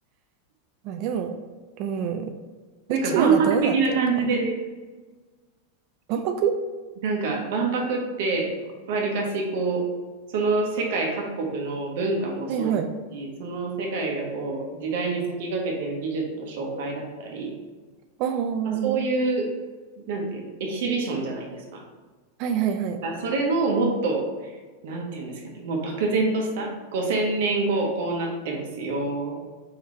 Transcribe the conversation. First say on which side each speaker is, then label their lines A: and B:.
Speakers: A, on the right (about 50°); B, on the right (about 65°).
A: まあでも、うん、
B: なんか万博的な感じでね。
A: 宇宙がどうなってるかはね。万博
B: なんか万博ってわりかしこう、その世界各国の文化もそうだし、
A: はいはい。
B: その世界がこう、時代に先駆けてる技術の紹介だったり、
A: ああ、は
B: まあ、そういう、なんていうの、エキシビションじゃないですか。
A: いはいはい。
B: あそれのもっと、なんていうんですかね、もう漠然とした、5000年後こうなってますよ、